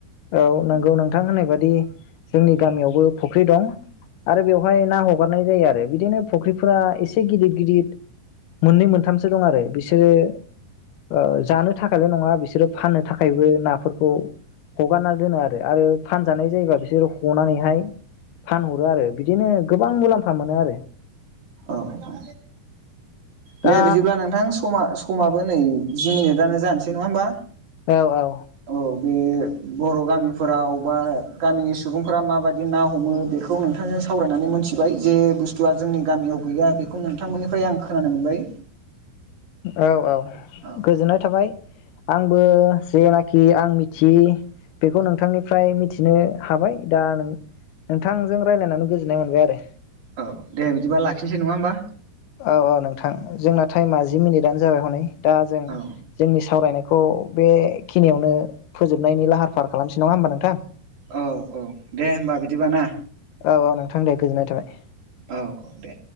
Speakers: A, on the left; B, on the right.
A: औ नंगौ नोंथां होननाय बायदि जोंनि गामियावबो फुख्रि दं। आरो बेवहाय ना हगारनाय जायो आरो बिदिनो फुख्रिफोरा एसे गिदिर गिदिर मोननै मोनथामसो दं आरो बिसोरो ओ जानो थाखायल' नङा बिसोरो फाननो थाखायबो नाफोरखौ हगारना दोनो आरो आरो फानजानाय जायोबा बिसोर हनानैहाय फानहरो आरो बिदिनो गोबां मुलाम्फा मोनो आरो।
B: औ औ
A: दा
B: दे बिदिब्ला नोंथां समा स' समाबो नै जि मिनिटानो जानोसै नङा होमबा?
A: औ औ
B: औ बे बर' गामिफोराव बा गामिनि सुबुंफोरा माबायदि ना हमो बेखौ नोंथांजों सावरायनानै मोनथिबाय जे बुस्थुआ जोंनि गामियाव गैया बेखौ नोंथांमोननिफ्राय आं खोनानो मोनबाय।
A: औ औ
B: औ
A: गोजोननाय थाबाय। आंबो जेनाखि आं मिथियि बेखौ नोंथांनिफ्राय मिथिनो हाबाय दा नों नोंथांजों रायलायनानै गोजोननाय मोनबाय आरो।
B: औ दे बिदिबा लाखिनोसै नङा होमबा?
A: औ औ नोंथां जोंना टाइमा जि मिनिटआनो जाबाय हनै दा जों
B: औ
A: जोंनि सावरायनाय खौ बेखिनियावनो फोजोबनायनि लाहार फाहार खालामसै नङा होमबा नोंथां?
B: औ औ दे होमबा बिदिबा ना?
A: औ औ नोंथां दे गोजोननाय थाबाय।
B: औ औ दे।